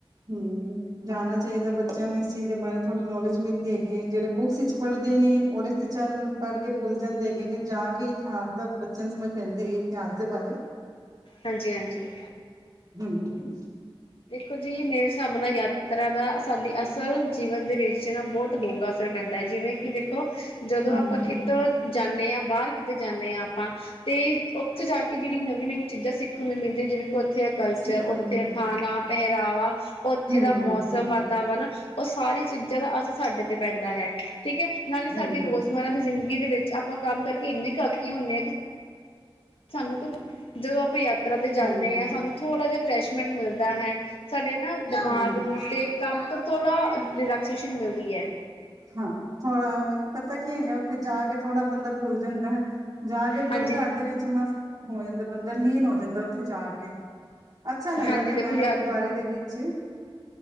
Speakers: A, on the right; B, on the left.
A: ਹੂੰ ਜਾਨਾ ਚਾਈਦਾ ਬੱਚਿਆਂ ਨੂੰ ਇਸ ਚੀਜ਼ ਦੇ ਬਾਰੇ ਥੋੜ੍ਹੀ ਨੌਲੇਜ ਮਿਲਦੀ ਹੈਗੀ ਐ ਜੇੜੇ ਬੁੱਕਸ ਇਚ ਪੜਦੇ ਨੇ ਓਦੇ ਚ ਤੇ ਚੱਲ ਪੜ੍ਹ ਕੇ ਭੁੱਲ ਜਾਂਦੇ ਹੇਗੇ ਨੇ ਜਾ ਕੇ ਈ ਇਤਿਹਾਸ ਦਾ ਬੱਚਿਆਂ ਨੂੰ ਸਮਝ ਪੈਂਦੀ ਹੇਗੀ ਇਤਿਹਾਸ ਦੇ ਬਾਰੇ
B: ਹਾਂਜੀ ਹਾਂਜੀ
A: ਹੰ <unintelligible>
B: ਦੇਖੋ ਜੀ ਮੇਰੇ ਸਾਬ ਨਾ ਯਾਤ ਤਰਾ ਦਾ ਸਾਡੀ ਅਸਲ ਜੀਵਨ ਦੇ ਵਿੱਚ ਨਾ ਬੌਤ ਡੂੰਘਾ ਅਸਰ ਪੈਂਦਾ ਐ ਜਿਵੇਂ ਕਿ ਵੇਖੋ ਜਦੋ
A: ਹੂੰ
B: ਆਪਾਂ ਕਿਤੋ
A: ਹੂੰ
B: ਜਾਨੇ ਆਂ ਬਾਰ ਕਿਤੇ ਜਾਨੇ ਆਂ ਆਪਾਂ ਤੇ ਓਥੇ ਜਾ ਕੇ ਜੇੜੀ ਨਵੀਂ-ਨਵੀਂ ਚੀਜ਼ਾਂ ਸਿੱਖਣ ਨੂੰ ਮਿਲਦੀਆਂ ਜਿਵੇਂ ਕਿ ਓਥੇ ਕਲਚਰ,
A: ਸਿੱਖਣ
B: ਓਥੇ
A: ਨੂੰ ਮਿਲਦੀ
B: ਖਾਨਾ ਪਹਿਰਾਵਾ, ਓਥੇ
A: ਹੂੰ
B: ਦਾ ਮੌਸਮ,
A: ਹੂੰ
B: ਵਾਤਾਵਰਨ ਓ ਸਾਰੀ ਚੀਜਾਂ ਦਾ ਅਸਰ ਸਾਡੇ ਤੇ ਪੈਂਦਾ ਹੈ ਠੀਕ ਏ ਨਾਲੇ
A: ਹੂੰ
B: ਸਾਡੀ ਰੋਜ਼ਮਰਾ ਦੀ ਜ਼ਿੰਦਗੀ ਦੇ ਵਿੱਚ ਆਪਾਂ ਕੰਮ ਕਰਕੇ ਇੰਨੇ ਕੇ ਆਕ ਗੇ ਹੁੰਣੇ ਆ ਸਾਨੂੰ ਕੁਤ ਜਦੋਂ ਆਪਾਂ ਯਾਤਰਾ ਤੇ ਜਾਂਣੇ
A: ਹਾਂਜੀ ਹਾਂਜੀ
B: ਆ ਸਾਨੂੰ ਥੋੜ੍ਹਾ ਜਿਹਾ ਫਰੈਸ਼ਮੈਂਟ ਮਿਲਦਾ ਹੈ ਸਾਡੇ ਨਾ ਦਿਮਾਗ
A: ਹੂੰ
B: ਨੂੰ ਤੇ ਕੰਪ ਤੋਂ ਥੋੜਾ ਡਰੇਕਸੇਸ਼ਨ ਮਿਲਦੀ ਐ
A: ਹਾਂ ਥੋੜ੍ਹਾ ਮੈਨੂੰ ਪਤਾ ਕੀ ਹੈਗਾ ਉੱਥੇ ਜਾ ਕੇ ਥੋੜ੍ਹਾ ਬੰਦਾ ਭੁੱਲ ਜਦਾ ਐ ਜਾ ਕੇ ਗੁਰੂ
B: ਹਾਂਜੀ
A: ਘਰ ਦੇ ਵਿੱਚ ਮਸਤ ਹੋ ਜਾਂਦਾ ਬੰਦਾ ਲੀਨ ਹੋ ਜਾਂਦਾ‌ ਉੱਥੇ ਜਾ ਕੇ ਅੱਛਾ ਲੱਗਦਾ
B: ਹਾਂਜੀ
A: ਉੱਥੇ
B: ਦੇਖੋ
A: ਬੈਣਾ
B: ਯਾ
A: ਗੁਰਦੁਆਰੇ ਦੇ ਵਿੱਚ